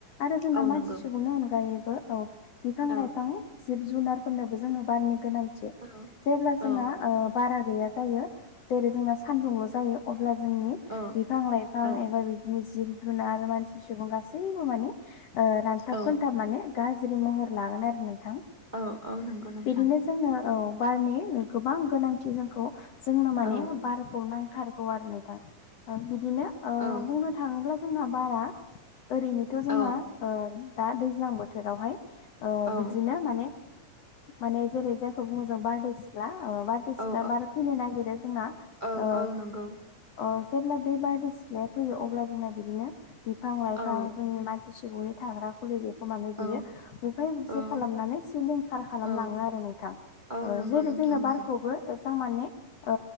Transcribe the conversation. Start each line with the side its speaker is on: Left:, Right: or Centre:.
Left: आरो जोंना
Right: औ
Left: मानसि
Right: नंगौ
Left: सुबुंनि अनगायैबो औ बिफां
Right: औ
Left: लाइफां जिब जुनारफोरनोबो जोंनो बारनि गोनांथि थि
Right: औ
Left: जेब्ला
Right: औ
Left: जोंना ओ बारा गैया जायो जैरै जोंना सान्दुंल' जायो अब्ला जोंनि
Right: औ
Left: बिफां लाइफां
Right: औ
Left: एबा बिदिनो जिब जुनार आरो मानसि सुबुं गासै बो माने ओ रानथाब
Right: औ
Left: खोनथाब माने गाज्रि महर लागोन आरो नोंथां
Right: औ औ नंगौ नोंथां
Left: बिदिनो जोंनो औ बारनि गोबां गोनांथि जोंखौ जोंनो माने
Right: औ
Left: बारखौ नां थारगौ आरो नोंथां बिदिनो ओ
Right: औ
Left: बुंनो थांङोब्ला जोंना बारा ओरैनोथ' जोंना
Right: औ
Left: ओ दा दैज्लां बोथोरावहाय ओ
Right: औ
Left: बिदिनो माने माने जेरै जों खौ बुंङो जों बारदै सिख्ला ओ बारदै सिख्ला
Right: औ
Left: बार फैनो नागिरो जोंना
Right: औ
Left: ओ
Right: औ नंगौ
Left: अ जेब्ला बे बारदै सिख्लाया फैयो अब्ला जोंना बिदिनो बिफां लाइफां
Right: औ
Left: जोंनि मान सि सुबुंनि थाग्रा खुलिखौ माने बियो
Right: औ
Left: बुफाय बुसि
Right: औ
Left: खालामनानै सिलिंखारार खालामलांङो
Right: औ
Left: आरो नोंथां
Right: औ
Left: ओ
Right: नंगौ
Left: जेरै
Right: नोंथां
Left: जोंनो
Right: नंगौ
Left: बारखौबो एसां माने ओ